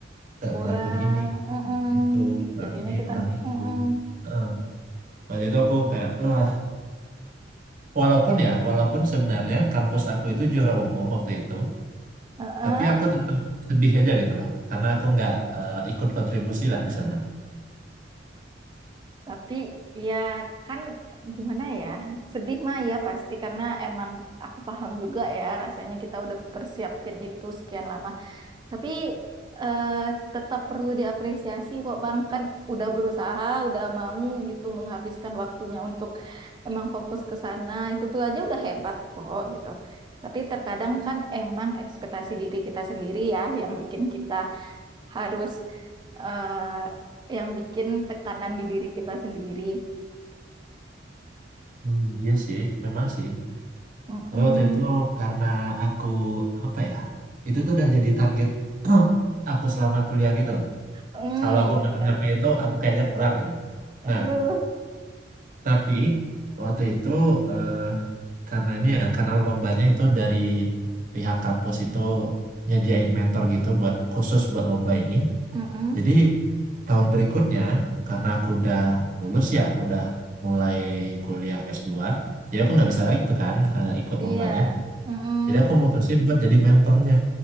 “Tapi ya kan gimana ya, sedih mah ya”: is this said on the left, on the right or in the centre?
Right